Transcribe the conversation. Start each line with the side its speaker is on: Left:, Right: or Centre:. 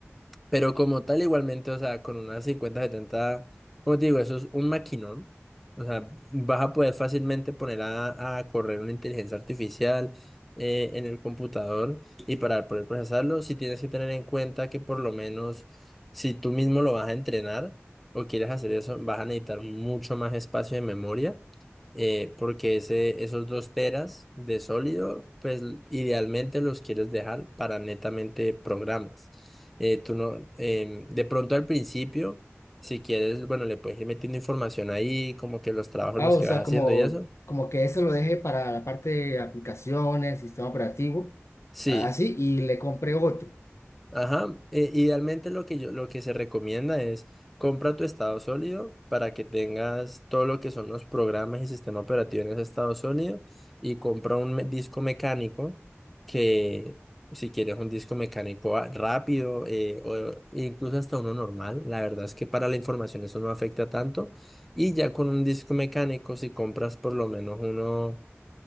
Centre: pero como tal, igualmente, o sea, con unas 50 70 como te digo, eso es un maquinón. O sea, vas a poder fácilmente poner a, a correr una inteligencia artificial eh, en el computador y para poder procesarlo, si tienes que tener en cuenta que por lo menos si tú mismo lo vas a entrenar o quieres hacer eso, vas a necesitar mucho más espacio de memoria. eh, porque ese, esos dos teras de sólido, pues idealmente los quieres dejar para netamente programas. Eh, tú no, em, de pronto al principio, si quieres, bueno, le puedes ir metiendo información ahí, como que los trabajos
Left: Ah,
Centre: los
Left: o
Centre: que
Left: sea,
Centre: vas haciendo
Left: como,
Centre: y eso.
Left: como que eso lo dejé para la parte de aplicaciones, sistema operativo,
Centre: Sí.
Left: así, y le compré otro.
Centre: Ajá, eh, idealmente lo que yo, lo que se recomienda es compra tu estado sólido para que tengas todo lo que son los programas y sistema operativo en ese estado sólido y compra un me- disco mecánico que si quieres un disco mecánico a- rápido eh, o incluso hasta uno normal, la verdad es que para la información eso no afecta tanto y ya con un disco mecánico si compras por lo menos uno